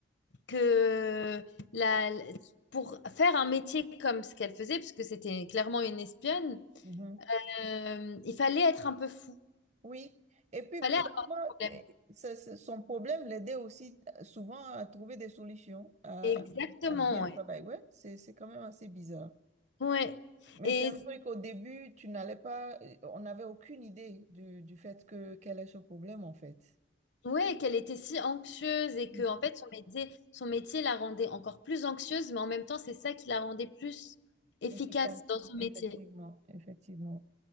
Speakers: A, on the left (about 75°); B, on the right (about 40°).
A: que la pour faire un métier comme ce qu'elle faisait parce que c'était clairement une espionne
B: Mhm.
A: euh, il fallait être un peu fou.
B: Oui, et puis
A: Il fallait
B: bizarrement,
A: un problème.
B: que- c'est- c'est- son problème l'aidait aussi euh, souvent à trouver des solutions, à,
A: Exactement,
B: à bien
A: ouais.
B: travailler. Ouais, c'est, c'est quand même assez bizarre.
A: Ouais.
B: Mais
A: Et
B: c'est un truc qu'au début, tu n'allais pas, euh, on n'avait aucune idée du, du fait que quel est ce problème en fait.
A: ouais, qu'elle était si anxieuse et que
B: Mhm.
A: en fait son métier, son métier la rendait encore plus anxieuse, mais en même temps, c'est ça qui la rendait plus efficace
B: Efficace,
A: dans son
B: effectivement,
A: métier.
B: effectivement.